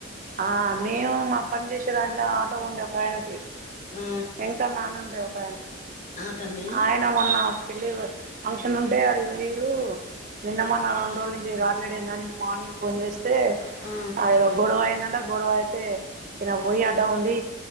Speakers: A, on the right; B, on the left.
A: ఆ మేము మా పని చేసే దాంట్ల ఆటో ఉండే ఒక ఆయనకి
B: ఆ
A: వెంకన్న అని ఉండే ఒక
B: ఆ తమ్మి
A: ఆయన మొన్న పెళ్లికి పో ఫంక్షన్ ఉంటే అడికి పోయిళ్లు నిన్న మొన్న రెండు రోజుల నుంచి రావట్లేడు ఏంది అని మార్నింగ్ ఫోన్ చెస్ చేస్తే
B: ఆ
A: అ ఏదో గొడవ అయిందా నట గొడవ అయితే ఈయన పోయి అడ్డం ఉండి